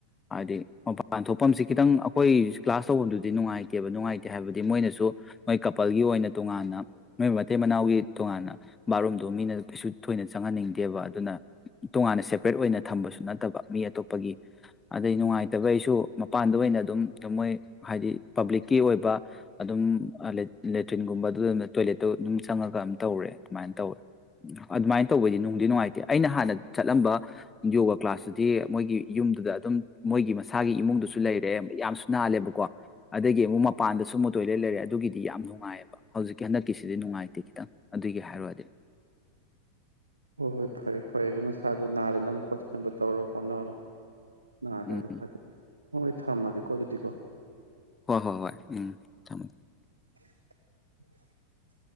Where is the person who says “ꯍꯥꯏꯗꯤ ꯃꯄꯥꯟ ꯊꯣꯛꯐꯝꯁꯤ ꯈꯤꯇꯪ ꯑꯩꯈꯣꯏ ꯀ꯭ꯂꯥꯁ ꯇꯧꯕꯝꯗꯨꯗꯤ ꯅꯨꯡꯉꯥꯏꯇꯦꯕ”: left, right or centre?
Left